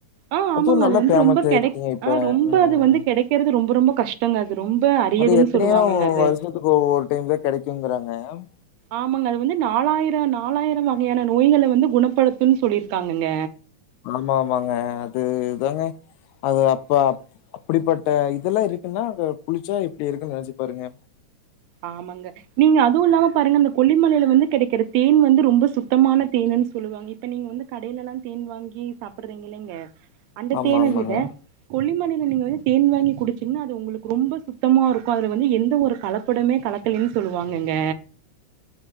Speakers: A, on the right; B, on the left.
A: ஆஹ் ஆமாங்க
B: அதுவும் நல்லா
A: அது வந்து
B: ஃபேமஸ்
A: ரொம்ப
B: ஆயிருச்சுங்க
A: கெடை
B: இப்ப.
A: ஆஹ் ரொம்ப
B: ம்.
A: அது வந்து கெடைக்கறது ரொம்ப ரொம்ப கஷ்டங்க ரொம்ப அரியதுன்னு
B: அது எத்தனையோ
A: சொல்லுவாங்கங்க அது.
B: வருஷத்துக்கு ஒரு டைம் தான் கெடைக்குங்கறாங்க மேம்
A: ஆமாங்க அது வந்து நாலாயிரம் நாலாயிரம் வகையான நோய்களை வந்து குணப்படுத்தும்னு சொல்லிருக்காங்கங்க
B: ஆமா ஆமாங்க அதுதாங்க அது அப்ப அப்டிப்பட்ட இதெல்லாம் இருக்குன்னா அது குளுச்சா எப்டி இருக்குன்னு நெனைச்சு பாருங்க
A: ஆமாங்க நீங்க அதுவும் இல்லாம பாருங்க அந்த கொல்லிமலேல வந்து கெடக்கிற தேன் வந்து ரொம்ப சுத்தமான தேனுன்னு சொல்லுவாங்க இப்ப நீங்க வந்து கடேலல்லாம் தேன் வாங்கி சாப்டுறீங்க இல்லைங்க அந்த
B: ஆமா
A: தேனை
B: ஆமாங்க.
A: விட கொல்லிமலேல நீங்க வந்து தேன் வாங்கி குடிச்சிங்ன்னா அது உங்களுக்கு ரொம்ப சுத்தமா இருக்கும் அதுல வந்து எந்த ஒரு கல ப்படமே கலக்கலேனு சொல்லுவாங்கங்க